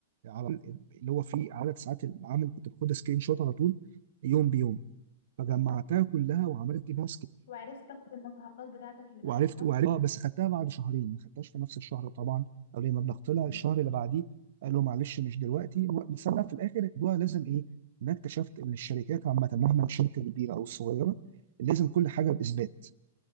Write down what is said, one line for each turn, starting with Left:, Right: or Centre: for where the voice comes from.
Right: على طول، اللي هو فيه عدد ساعات العمل كنت باخدها سكرين شوت على طول يوم بيوم فجمعتها كلها وعملت بيها
Left: وعرفت تاخد المستحقات بتاعتك اللي
Right: وعرفت
Left: باقية صح
Right: وعرفت اه بس خدتها بعد شهرين ما خدتهاش في نفس الشهر طبعا قالوا لي المبلغ طلع
Left: ولا
Right: الشهر اللي بعديه قالوا معلش مش دلوقتي و- بس انا في الاخر الموضوع لازم ايه إن انا اكتشفت ان الشركات عامه مهما الشركه كبيره او صغيره لازم كل حاجه باثبات